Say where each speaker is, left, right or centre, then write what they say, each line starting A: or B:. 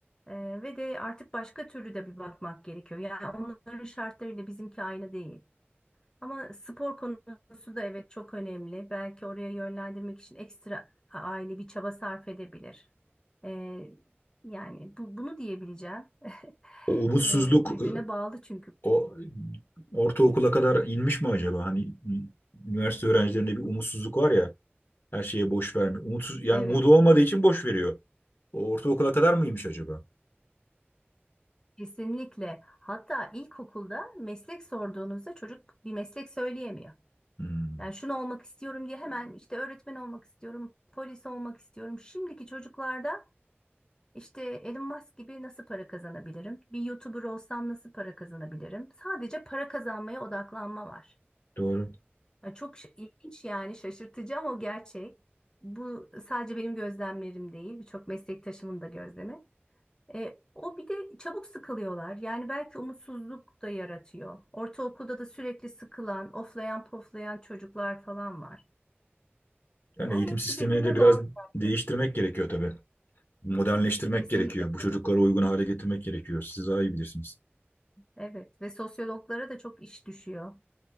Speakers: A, on the left; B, on the left.
A: eee, ve de artık başka türlü de bir bakmak gerekiyor. Yani onların şartlarıyla bizimki aynı değil. Ama spor konusu da evet çok önemli. Belki oraya yönlendirmek için ekstra a- aile bir çaba sarf edebilir. Eee, yani bu, bunu diyebileceğim. <laughs>
B: O umutsuzluk
A: Eee, birbirine
B: e,
A: bağlı çünkü.
B: o ortaokula kadar inmiş mi acaba? Hani üniversite öğrencilerinde bir umutsuzluk var ya. Her şeye boş vermiyor. Umutsuz, yani
A: Evet.
B: umudu olmadığı için boş veriyor. O ortaokula kadar mıymış acaba?
A: Kesinlikle. Hatta ilkokulda meslek sorduğunuzda çocuk bir meslek söyleyemiyor.
B: Hmm,
A: Yani şunu olmak istiyorum diye hemen işte öğretmen olmak istiyorum, polis olmak istiyorum. Şimdiki çocuklarda işte Elon Musk gibi nasıl para kazanabilirim? Bir YouTuber olsam nasıl para kazanabilirim? Sadece para kazanmaya odaklanma var.
B: doğru.
A: Yani çok ş- ilginç yani şaşırtıcı ama gerçek. Bu sadece benim gözlemlerim değil, birçok meslektaşımın da gözlemi. E, o bir de çabuk sıkılıyorlar. Yani belki umutsuzluk da yaratıyor. Ortaokulda da sürekli sıkılan, oflayan poflayan çocuklar falan var.
B: Yani
A: Yani
B: eğitim
A: hepsi
B: sistemini
A: birbirine
B: de biraz
A: bağlı.
B: değiştirmek
A: gerçekten.
B: gerekiyor tabii. modernleştirmek
A: Kesinlikle
B: gerekiyor. Bu
A: katılıyorum.
B: çocuklara uygun hale getirmek gerekiyor. Siz daha iyi bilirsiniz.
A: Evet ve sosyologlara da çok iş düşüyor.